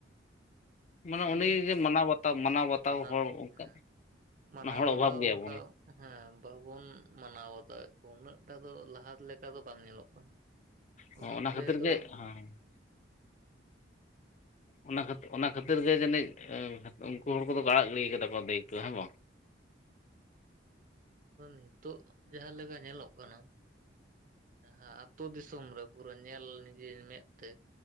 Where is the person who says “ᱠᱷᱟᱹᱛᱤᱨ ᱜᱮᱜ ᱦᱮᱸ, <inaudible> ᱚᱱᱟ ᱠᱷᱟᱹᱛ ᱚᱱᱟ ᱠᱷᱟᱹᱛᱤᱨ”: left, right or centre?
Left